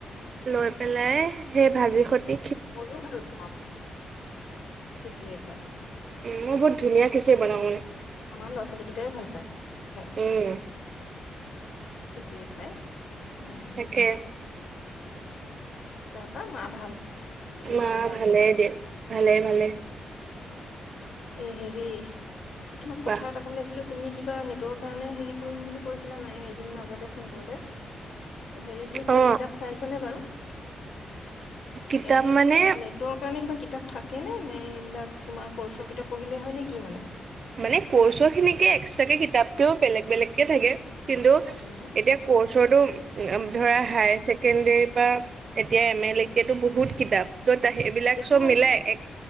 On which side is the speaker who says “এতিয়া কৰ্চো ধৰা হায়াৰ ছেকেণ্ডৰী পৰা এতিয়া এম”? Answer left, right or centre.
Right